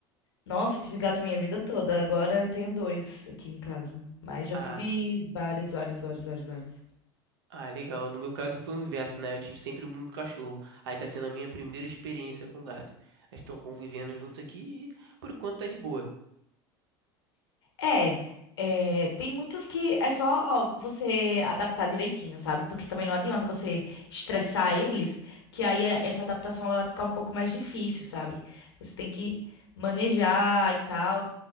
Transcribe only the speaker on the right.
Ah,
ah, legal. No meu caso foi o inverso, né? Eu tive sempre muito cachorro. Aí tá sendo a minha primeira experiência com gato. Eles estão convivendo juntos aqui e por enquanto tá de boa.